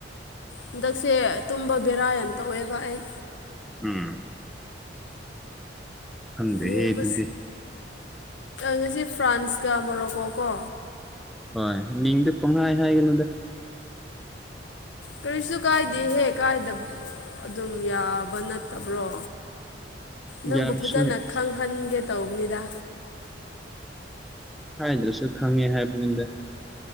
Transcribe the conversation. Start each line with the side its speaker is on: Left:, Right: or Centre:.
Left: ꯍꯟꯗꯛꯁꯦ ꯇꯨꯝꯕ ꯕꯦꯔꯥ ꯌꯥꯝ ꯇꯧꯑꯦꯕ ꯑꯩ
Centre: ꯎꯝ ꯈꯪꯗꯦꯍꯦ
Left: ꯌꯦꯡꯕ
Centre: ꯑꯗꯨꯗꯤ
Left: ꯉꯁꯤ ꯐ꯭ꯔꯥꯟꯁꯀ ꯃꯣꯔꯣꯀꯣ ꯀꯣ
Centre: ꯍꯣꯏ ꯃꯤꯗꯤ ꯄꯪꯍꯥꯏ ꯍꯥꯏꯒꯅꯨꯗ
Left: ꯀꯔꯤꯁꯨ ꯀꯥꯏꯗꯦꯍꯦ ꯀꯥꯏꯗꯕ ꯑꯗꯨꯝ ꯌꯥꯕ ꯅꯠꯇꯕ꯭ꯔꯣ ꯅꯪꯕꯨ
Centre: ꯌꯥꯔꯁꯨ
Left: ꯐꯖꯅ ꯈꯪꯍꯟꯒꯦ ꯇꯧꯕꯅꯤꯗ
Centre: ꯍꯥꯏꯗ꯭ꯔꯁꯨ ꯈꯪꯉꯦ ꯍꯥꯏꯕꯅꯤꯗ